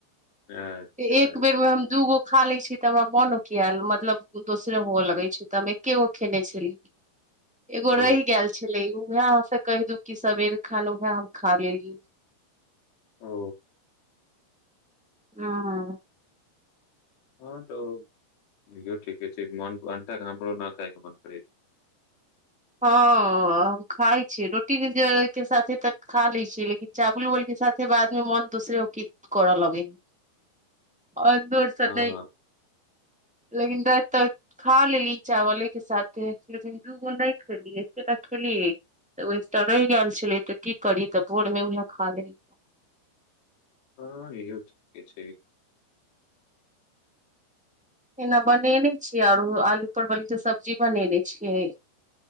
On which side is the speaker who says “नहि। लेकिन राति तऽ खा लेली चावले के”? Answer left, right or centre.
Centre